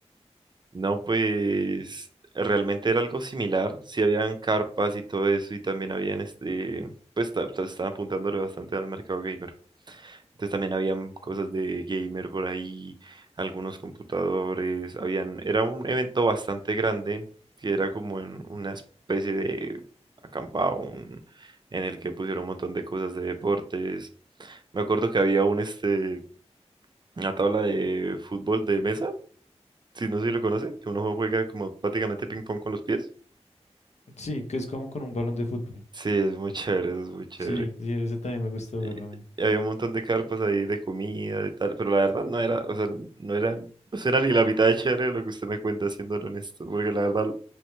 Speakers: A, on the right; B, on the left.
A: No, pues realmente era algo similar. Sí habían carpas y todo eso y también habían este, pues ta- ta- estaban apuntándole bastante al mercado gamer. Entonces también habían cosas de gamer por ahí, algunos computadores, habían, era un evento bastante grande que era como en una especie de acampado, un- en el que pusieron un montón de cosas de deportes. Me acuerdo que había un este una tabla de fútbol de mesa, si no sé si lo conoce, que uno juega como prácticamente ping pong con los pies.
B: Sí, que es como con un balón de fútbol.
A: Sí, es muy chévere, es muy chévere.
B: Sí, sí, eso también me gustó
A: y
B: verlo a mí.
A: y había un montón de carpas ahí de comida y tal, pero la verdad no era, o sea, no era, no era ni la mitad de chévere de lo que usted me cuenta, siendo honesto, porque la verdad,